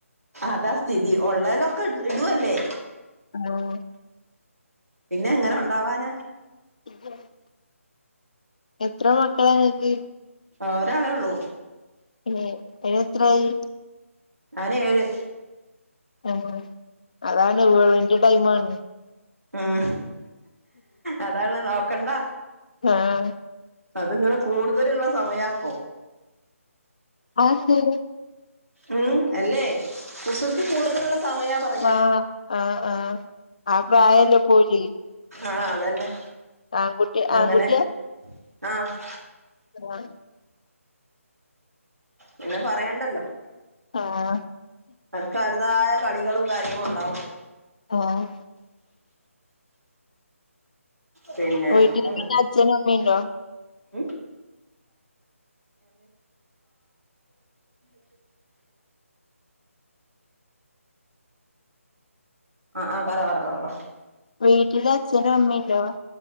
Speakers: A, on the right (about 80°); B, on the left (about 30°).
A: അതാ സ്ഥിതി ഉള്ളലൊക്കെ ഇടുവല്ലേ
B: ആഹ്
A: പിന്നെ എങ്ങനെ ഉണ്ടാവാനാ
B: <unintelligible> എത്ര മക്കളാ നിങ്ങൾക്ക്
A: ആ ഒരാളെ ഉള്ളൂ
B: എ അയ്ന് എത്രായി
A: അവന് ഏഴ്
B: ആ അതാണ് വെള്ന്റെ ടൈമാണ്
A: ഉം അതാണ്ഉള്ളത് നോക്കണ്ട..
B: ആഹ്
A: അതിങ്ങനെ കൂടുതലുള്ള സമയപ്പോ..
B: ആതെന്തെ..
A: ഉം അല്ലേ കുസൃതി കൂടുതലുള്ള.. സമയാ.. പറയാ
B: ആഹ ആഹ ആഹ അ പ്രായല്ലോ പ്പ ഓല്ക്ക്..
A: ആഹ് അതന്നെ..
B: ആൺ കുട്ടി
A: അങ്ങനെ
B: ആൺ കുട്ടിയ..
A: ആഹ്..
B: ആ..
A: പിന്നെ പറയണ്ടല്ലോ..
B: ആഹ..
A: അവർക്ക് അവര്തായ കളികളും കാര്യങ്ങളും ഉണ്ടാവും..
B: ആഹ..
A: പിന്നെ
B: വീട്ടില്
A: ഉം..
B: പിന്നെ അച്ഛനും അമ്മയുണ്ടോ
A: ഉം <inaudible> <inaudible> ആഹ് ആ പറ പറ പറ പറ..
B: വീട്ടില് അച്ഛനും അമ്മീംണ്ടോ..